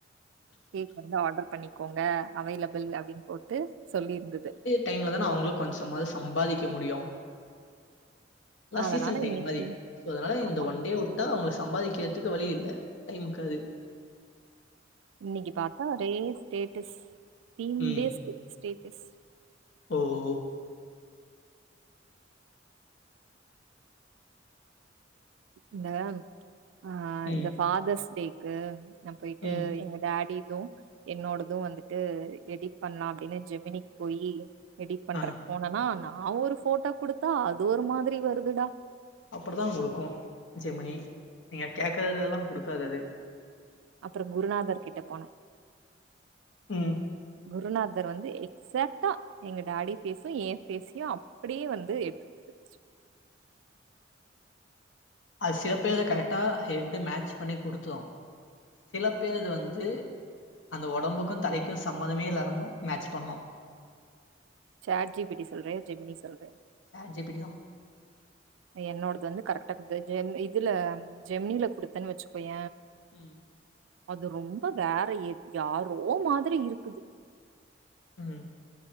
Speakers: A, on the right (about 80°); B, on the left (about 75°).
A: கேக் வந்து ஆர்டர் பண்ணி கோங்க அவைலபிள் அப்டின் போட்டு சொல்லிருந்தது
B: டைம்லதான அவுங்குளு கொன்சமாது சம்பாதிக்க முடியு இலா
A: அதனால
B: சீசன் டைம்
A: இன்னைக்கி
B: மாரி சோ அதனால
A: ஆமா
B: இந்த ஒன் டே உ ட்டா அவ்ங்க சம்பாதிக்கற்துக்கு வழி இல்ல டைம் இர்காது
A: இன்னைக்கு பாத்தா ஒரே ஸ்டேட்டஸ் திங்டேஸ்க்கு
B: ம்
A: ஸ்டேட்டஸ்
B: ஓ
A: இந்த ஆ
B: ம்
A: இந்த ஃபாதர்ஸ் டேக்கு நா போய்ட்டு
B: ம்
A: எங்க டாடிது என்னோடது வந்துட்டு எடிட் பண்லா அப்டினு ஜெமினிக் போயி எடிட் பண்ற
B: ஆ
A: போனனா நா ஒரு ஃபோட்டோ குடுத்தா அது ஒரு மாதிரி வருதுடா
B: அப்புடுதா குடுக்கு ஜெமினி நீங்க கேட்கறதெல்லா குடுக்காது அது
A: அப்புறம் குருநாதர் கிட்ட போன
B: ம்
A: குருநாதர் வந்து எக்சாக்ட்டா எங்க டாடி ஃபேஸு ஏன் ஃபேஸ்யு அப்டியே வந்து எடுத்து குடுத்துருச்சு
B: அது சிலபேர்து கரெட்டா ஹெட்டு் மேச் பண்ணி குடுத்துரு சிலப்பேர்து வந்து அந்த ஒடம்புக்கு தலைக்கு சம்மதமே இல்லாம மேட்ச் பண்ணு
A: சாட் ஜி பி டி சொல்றயா ஜெமினி சொல்றயா
B: சாட் ஜி பி டி தா
A: என்னோடது வந்து கரெக்ட்டா குடுத்தது ஜெம் இதுல ஜெம்னில குடுத்தேன் வச்சுக்கோய
B: ம்
A: அது ரொம்ப வேற எத் யாரோ மாதிரி இருக்குது
B: ம்